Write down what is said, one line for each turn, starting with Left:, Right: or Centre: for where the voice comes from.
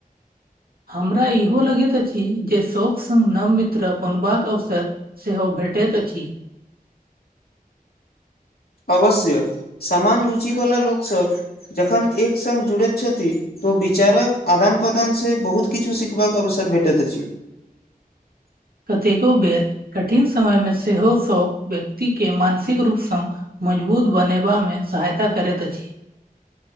Right: हमरा इहो लगैत अछि जे शौक सङ्ग नव मित्र बनबाक अवसर से हो भेटति अछि
Left: अवश्य समान रुचिवला लोक सब जखन एक सङ् जुड़ैत छथि तो विचारक आदान प्रदानसे बहुत किछो सीखबाक अवसर भेटैत अछि
Right: कतेको बेर कठिन समय मे सेहो सब व्यक्ति के मानसिक रूपसँ मजबूत बनेबा मे सहायता करैत अछि